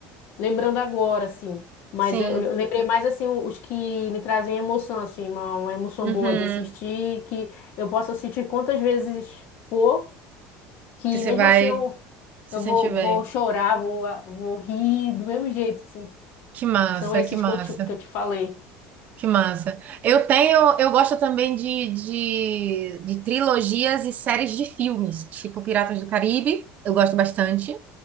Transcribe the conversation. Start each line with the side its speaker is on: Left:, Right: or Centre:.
Left: lembrando agora, assim. Mas
Right: Sim.
Left: eu, eu lembrei mais, assim, os que me trazem emoção, assim, uma, uma emoção
Right: Uhum.
Left: boa de assistir, que eu posso assistir quantas vezes for, que
Right: Que você
Left: mesmo
Right: vai
Left: assim eu,
Right: se
Left: eu
Right: sentir
Left: vou,
Right: bem.
Left: vou chorar, vou, vou rir do mesmo jeito, assim.
Right: Que massa,
Left: São esses
Right: que massa,
Left: que eu te, que eu te falei.
Right: que massa. Eu tenho, eu gosto também de, de, de trilogias e séries de filmes, tipo Piratas do Caribe, eu gosto bastante,